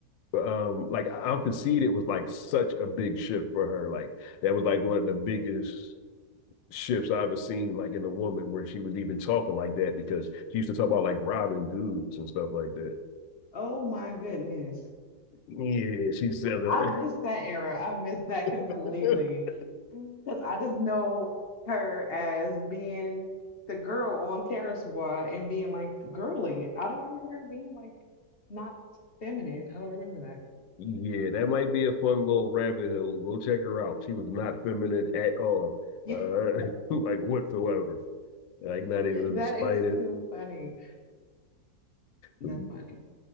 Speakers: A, on the left (about 80°); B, on the left (about 55°).
A: um like I'll concede it was like such a big shift for her. Like that was like one of the biggest shifts I've ever seen, like in a woman, where she was even talking like that because she used to talk about like robbing dudes and stuff like that.
B: Oh my goodness.
A: Yeah, she sounded
B: I miss that era. I miss that completely.
A: like. <laughs>
B: Because I just know her as being the girl on Terrace Squad and being like girly. I don't remember her being like not feminine. I don't remember that.
A: yeah, that might be a fun little rabbit hole. Go check her out. She was not feminine at all,
B: <laughs>
A: uh, <laughs> like whatsoever. Like not even in
B: That
A: the slightest.
B: is too funny. That's
A: Uh,
B: funny.